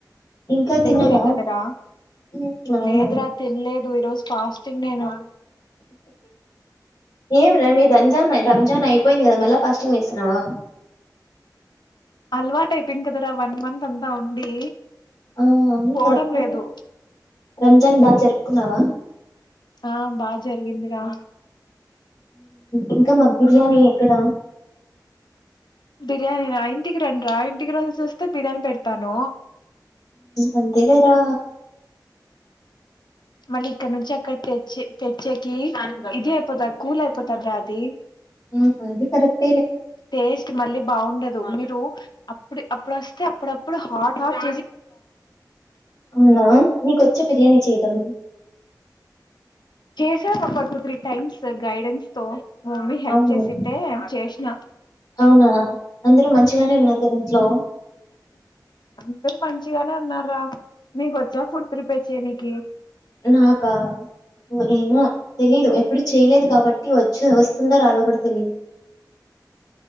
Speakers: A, on the left (about 60°); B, on the left (about 80°).
A: ఇంకా
B: దగ్గిరే
A: తిన్నవా
B: కదరా
A: హ్మ్ అవునవును
B: లేద్రా తిన్లే ఈ రోజు ఫాస్టింగ్ డే రా
A: ఏం రా రంజాన్ రంజాన్ అయిపోయింది గ మల్లా ఫాస్టింగ్ చేస్తన్నావా
B: అలవాటు అయిపోంది కదరా వన్ మంత్ అంతా ఉండి
A: ఆ అవును
B: పోవడం
A: కరెక్ట్
B: లేదు
A: రంజాన్ బాగా జరుపుకున్నావా
B: ఆ బా జరిగిందిరా
A: ఇంక మాకు బిర్యానీ ఎక్కడ
B: బిర్యానీ నా ఇంటికి రండి రా ఇంటికి రోజూ చూస్తే బిర్యానీ పెడతాను
A: అంతేలే రా
B: మళ్ళీ ఇక్కడి నుంచి అక్కడి తెచ్చి తెచ్చే కి ఇదే అయిపోత కూల్ అయిపోతద్రా అది
A: ఉహు అది కరెక్ట్
B: టేస్ట్ మళ్ళీ బాగుండదు మీరు అప్పుడ్ అప్పుడు వస్తే అప్పుడప్పుడు హాట్ హాట్
A: అవునా నీకొచ్చ బిర్యానీ చేయడం
B: చేశాను ఒక టూ త్రీ టైమ్స్ గైడెన్స్ తో మమ్మీ హెల్ప్
A: అవును
B: చేసింటె చేస్ నా
A: అవునా అందరు మంచిగానే ఉన్నారు గదా ఇంట్లో
B: అందరు మంచిగానే ఉన్నారా నీకు వచ్చా ఫుడ్ ప్రిపేర్ చెయినికి
A: నాకా ఏమో తెలీదు ఎప్పుడు చేయలేదు కాబట్టి వచ్చో వస్తుందో రాదో కూడా తెలిదు